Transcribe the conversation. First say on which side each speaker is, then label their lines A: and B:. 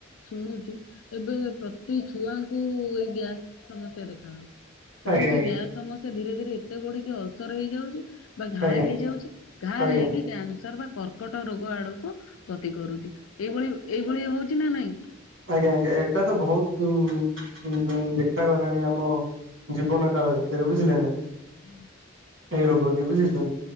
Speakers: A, on the left; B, on the right.
A: ଶୁଣୁଛି ଏବେ ପ୍ରତି ଛୁଆଙ୍କୁ ଏଇ ଗ୍ୟାସ ସମସ୍ୟା ଦେଖା ହଉଛି ଏବଂ
B: ଆଜ୍ଞା
A: ସେ
B: ଆଜ୍ଞା
A: ଗ୍ୟାସ ସମସ୍ୟା ଧୀରେ ଧୀରେ ଏତେ ବଢିକି ଅଲସର ହେଇଯାଉଛି। ପୂରା ଘା
B: ଆଜ୍ଞା
A: ହେଇଯାଉଛି ଘା
B: ଆଜ୍ଞା
A: ହେଇକି କ୍ୟାନସର ବା କର୍କଟ ରୋଗ ଆଡକୁ ଗତି କରୁଛି। ଏଇଭଳି ଏଇଭଳି ହଉଛି ନା ନାଇଁ?
B: ଆଜ୍ଞା ଆଜ୍ଞା ଏଇଟା ତ ବହୁତ ଉଁ-ଉଁ- ଦେଖାଗଲାଣି ଆମ ଜୀବନ କାଳ ଭିତରେ ବୁଝିଲେ ନା?
A: ହୁଁ।
B: ଏଇ ରୋଗଟି ବୁଝିଛ